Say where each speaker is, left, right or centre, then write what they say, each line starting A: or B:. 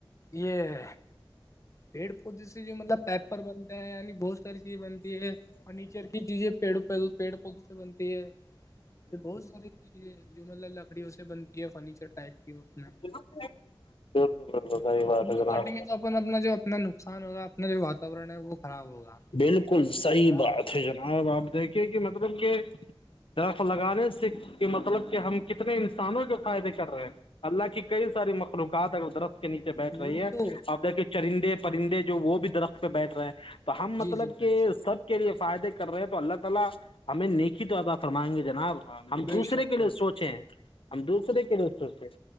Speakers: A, on the left; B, on the left.
A: یہ پیڑ پود سے جو مطلب پیپر بنتے ہیں ینی ب ر کی بنتی ہے فرنیچر کی چیزیں پیڑوں پوں پیڑ پودے سے بنتی ہے تو بہت ساری چیزیں جو مطلب لکڑیوں سے بنتی ہے فرنیچر ٹائپ کی اس میں
B: بالکل بالکل سحی
A: ہم
B: بات
A: لوگ
B: ہے جناب
A: کاٹیں گے اپن اپنا جو اپنا نقصان ہوگا اپنا جو وااتاورن ہے وہ خراب ہوگا
B: بالکل
A: ذرا
B: صحیح بات
A: سے لا-
B: ہے جناب آپ دیکھے کہ مطلب کہ درخ لگانے سے کہ مطلب کہ ہم کتنے انسانوں کے فائدے کر رہے ہیں اللہ کی کئی ساری مکل کاد در نیچے بیٹھ
A: وہی
B: رہی ہے
A: تو
B: آپ دیکھیے چرندے پرندے جو وہ بھی درخت پہ بیٹھ رہے ہیں تو ہاں
A: جی
B: مطلب
A: جی بے
B: کہ
A: شک
B: سب کے لیے فائدے کر رہے ہیں تو اللہ تعالی ہمیں نیکی تو ادا فرمائیں گے جناب ہم
A: بے
B: دوسرے
A: شک
B: کے لیے
A: بے
B: سوچے
A: شک
B: ہم دوسرے کے لیے سوچے